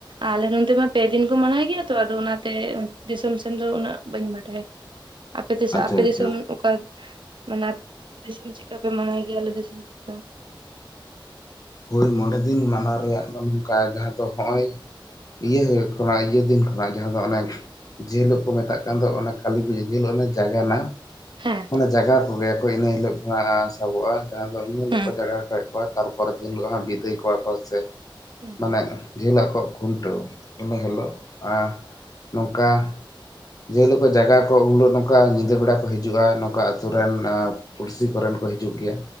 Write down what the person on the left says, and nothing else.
ᱟᱪᱪᱷᱟ
ᱟᱪᱪᱷᱟ
ᱦᱳᱭ ᱢᱚᱬᱮ ᱫᱤᱱ ᱢᱟᱱᱟ ᱨᱮᱭᱟᱜ ᱫᱚ ᱱᱚᱝᱠᱟ ᱡᱟᱦᱟᱸ ᱫᱚ ᱱᱚᱜᱼᱚᱭ ᱤᱭᱟᱹ ᱠᱷᱚᱱᱟᱜ ᱤᱭᱟᱹ ᱫᱤᱱ ᱠᱷᱚᱱᱟᱜ ᱡᱟᱦᱟᱸ ᱫᱚ ᱚᱱᱮ ᱡᱮᱞᱚᱜ ᱠᱚ ᱢᱮᱛᱟᱜ ᱠᱟᱱ ᱫᱚ ᱚᱱᱟ ᱠᱟᱞᱤ ᱯᱩᱡ ᱡᱮ ᱚᱱᱮ ᱡᱟᱜᱟᱱᱟ᱾
ᱢᱟᱱᱮ ᱡᱟᱭᱜᱟ ᱠᱚᱜᱮᱭᱟ ᱠᱚ ᱤᱱᱟᱹ ᱦᱤᱞᱳᱜ ᱠᱷᱚᱱᱟᱜ ᱥᱟᱵᱚᱜᱼᱟ ᱡᱟᱦᱟᱸ ᱫᱚ ᱤᱱᱟᱹ ᱦᱤᱞᱳᱜ
ᱠᱚ ᱡᱟᱜᱟ ᱠᱷᱚᱣᱟ ᱛᱟᱨᱯᱚᱨᱮ ᱫᱤᱱ ᱦᱤᱞᱳᱜ ᱦᱚᱸ ᱵᱤᱫᱟᱹᱭ ᱠᱚᱣᱟ ᱠᱚ ᱥᱮ
ᱢᱟᱱᱮ ᱡᱮ ᱦᱤᱞᱚᱜ ᱟᱠᱚ ᱟᱜ ᱠᱷᱩᱱᱴᱟᱹᱣ ᱤᱱᱟᱹ ᱦᱤᱞᱳᱜ ᱮ ᱱᱚᱝᱠᱟ ᱡᱮᱞᱮᱠᱟ ᱡᱟᱭᱜᱟ ᱠᱚ ᱩᱱᱞᱳᱜ ᱱᱚᱝᱠᱟ ᱧᱤᱫᱟᱹ ᱵᱮᱲᱟ ᱠᱚ ᱦᱤᱡᱩᱜᱼᱟ ᱱᱚᱝᱠᱟ ᱟᱛᱳ ᱨᱮᱱ ᱯᱩᱲᱥᱤ ᱠᱚᱨᱮᱱ ᱠᱚ ᱦᱤᱡᱩᱜ ᱜᱮᱭᱟ